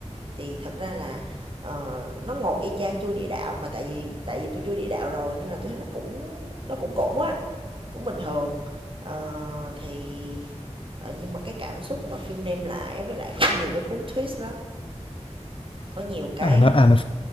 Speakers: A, on the right; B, on the left.
A: Thì thật ra là, ờ, nó ngột y chang chui địa đạo, mà tại vì tại vì tôi chui địa đạo rồi nên là tôi thấy nó cũng nó cũng cũng á, cũng bình thường. Ờ, thì, ờ, nhưng mà cái cảm xúc mà phim đem lại với lại có nhiều cái cú twist lắm, có nhiều cái
B: À mà, à, mà